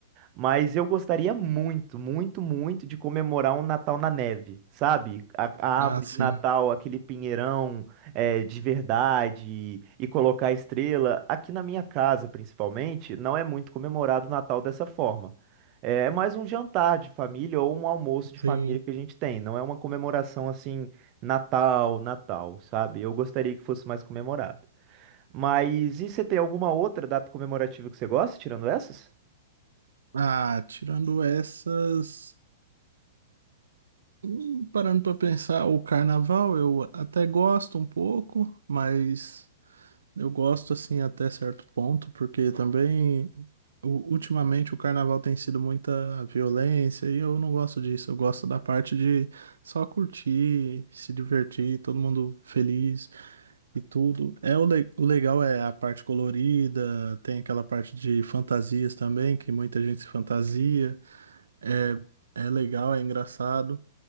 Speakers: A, on the right (about 35°); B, on the right (about 70°).
A: Mas eu gostaria muito, muito, muito de comemorar um Natal na neve, sabe? A, a
B: Ah,
A: árvore
B: sim.
A: de Natal, aquele pinheirão é, de verdade e colocar estrela. Aqui na minha casa, principalmente, não é muito comemorado o Natal dessa forma. É, é mais um jantar de família ou um almoço de
B: Sim.
A: família que a gente tem. Não é uma comemoração assim, Natal, Natal, sabe? Eu gostaria que fosse mais comemorado. Mas e você tem alguma outra data comemorativa que você gosta, tirando essas?
B: Ah, tirando essas Hum, Parando para pensar, o carnaval eu até gosto um pouco, mas eu gosto assim até certo ponto, porque também u- ultimamente o carnaval tem sido muita violência e eu não gosto disso. Eu gosto da parte de só curtir, se divertir, todo mundo feliz e tudo. É o, le- o legal é a parte colorida, tem aquela parte de fantasias também, que muita gente se fantasia. É, é legal, é engraçado.